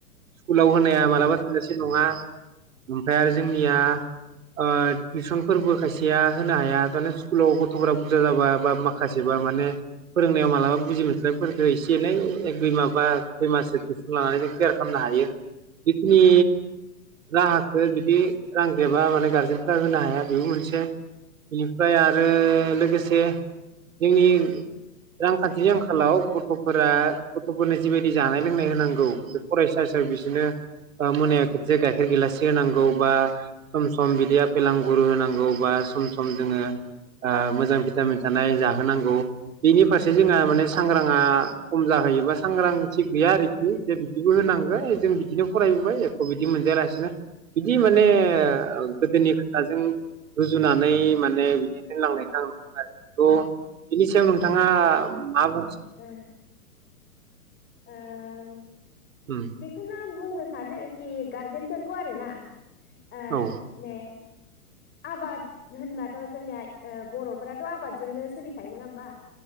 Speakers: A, on the right (about 65°); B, on the left (about 25°).
A: स्कुलाव होनाया मालाबा थोजासे नङा ओमफ्राय आरो जोंनिया ओ टिउसनफोरबो खायसेया होनो हाया <unintelligible> स्कुलाव गथफोरा बुरजा जाबा बा मा खासेबा माने फोरोंनायाव मालाबा बुजि मोनस्लाबैफोखो बेफोरखौ एसे एनै एक दुइ माबा खै माससो टिउसन लानाय जों क्लियार खामनो हायो बिखिनि राहखो जुदि रांगै बा गारजेनफ्रा होनो हाया बेबो मोनसे बेनिफ्राय आरो लोगोसे जोंनि रांखान्थिनि आंखालाव गथ'फोरा गथ'फोरनो जिबायदि जानाय लोंनाय होनांगौ फरायसा हिसाबै बिदिनो मोनायाव खेबसे गाइखेर गिलाससे होनांगौ बा सम सम बिदिआ आपेल आंगुर होनांगौ बा सम सम जोंओ ओ मोजां फि भिटामिन थानाय जाहोनांगौ बेनि फारसे जोंहा माने सांग्रां जोंहा खम जाहैयोबा सांग्रांथि गैया आरोखि जे बिदिबो होनांगो जों बिदिनो फरायबोबाय एख बिदि मोनजायालासिनो बिदि माने ए। ओ गोदोनि खोथाजों रुजुनानै माने बिदि दोनलांनायखौ आं नुनो आरो थ बिनि सायाव नोंथाङा मा बुं
B: उम। ओह
A: उम
B: बेखौ नो बुंनो सानो खि गारजेनफोरखौ आरो ना? आ
A: औ
B: ने आबाद होनबाथ' जोंनिया बर'फोराथ' आबादजोंनो सोलिखायो नङा होमबा